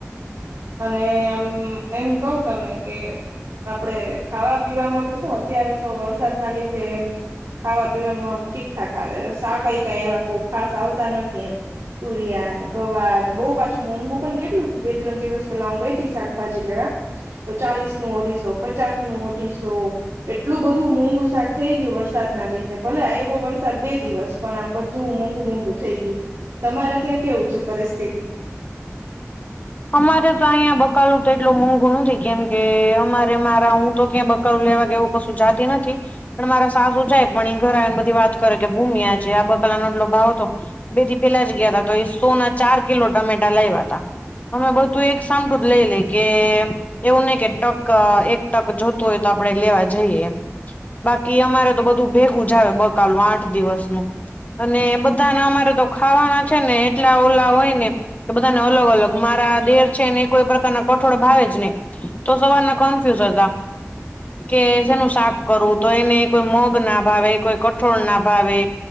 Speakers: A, on the right (about 70°); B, on the left (about 30°).
A: અને આમ એમ કહ તમને કે આપડે ખાવા પીવાવામાં તો શું અત્યારે તો વરસાદ ના લીધે એમ ખાવા પીવાનું આમ ઠીક ઠાક આવે સાા કઈ કઈ એવા બહ ખાસ આવતા નથી એમ તુરિયા ને ગવારને બહુ પાછું મોંઘુ પણ કેટલું છે બે ત્રણ દિવસ પેલા હું ગઈથી શાકભાજી લેવા તો ચાલીસ નું અઢીસો પચાસ નું અઢીસો એટલું બધું મોંઘુ શાક થઈ ગયું વરસાદના લીધે ભલે આવ્યો વરસાદ બે દિવસ પણ આમ બધું મોંઘુ મોંઘુ થઈ ગયું તમારે ત્યાં કેવું છે પરિસ્થિતિ
B: અમારે તો અહીં બકાલું તો એટલું મોંઘું નથી કેમકે અમારે મારા હું તો ક્યાં કરું લેવા કે એવું કશું જાતી નથી પણ મારા સાસુ જાય પણ એ ઘરા આવીને બધી વાત કરે કે ભૂમ્યા છે આ બ કલાો આટલો ભાવ હતો બેથી પેલા જ ગયા તા તો એ સોના ચાર કિલો ટમેટા લેવા ત અમે બધું એક સાંભળું જ લઈ લે કે એવું નહી કે ટક એક ટક જોતું હોય તો આપડે લેવા જઈએ બાકી અમારે તો બધું ભેગું જ આવે બકાલ આઠ દિવસ ન અને બધાને અમારે તો ખાવાના છે ને એટલા ઓલા હોય ને કે બધાને અલગ અલગ મારા દેર છે ને કોઈ પ્રકારના કઠોળ ભાવે જ નહી તો સવારના કન્ફ્યુઝ હતા કે જેનું શાક કરવું તો એને કોઈ મગ ના ભાવે કોઈ કઠોળ ના ભાવે